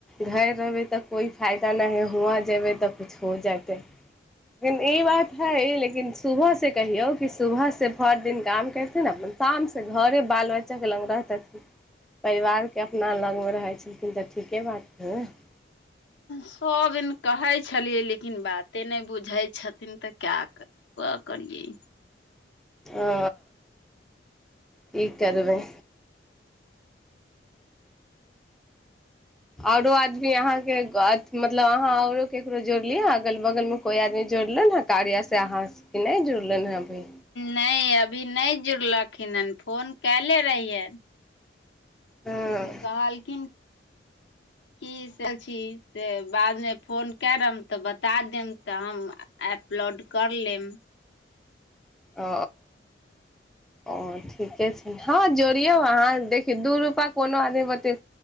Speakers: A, in the centre; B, on the left (about 75°).
A: घर रहबै तऽ कोइ फायदा ना है हुआ जेबै तऽ कुछ हो जेतै। लेकिन इ बात हैइ लेकिन सुबह से कहियौ कि सुबह से भर दिन काम करथिन अपन शाम से घरे बाल बच्चाके लाग रहतथिन। परिवारके अपना लगमे रहै छलखिन तऽ ठीके बात न रहतै।
B: सब दिन कहै छलियै लेकिन बात एते नहि बुझै छथिन तऽ क्या करि क करियै।
A: आ कि करबै? औरो आदमी अहाँके गा मतलब अहाँ औरो ककरो जोड़लियै अगल बगलमे कोइ आदमी जोड़ लन हैं। कार्यसँ अहाँके के ना जुड़लनि हैं अभी।
B: नै अभी नै जुड़लखिन हेन फोन कैले रहियै।
A: हँ
B: लेकिन कहलथिन <unintelligible> कि से छी से बादमे फोन करम तऽ बता देम तऽ हम एपलोड कर लेम।
A: अ आ ठीके छै हँ जोड़ियौ अहाँ देखियौ दू रुपा कोनो आदमी बते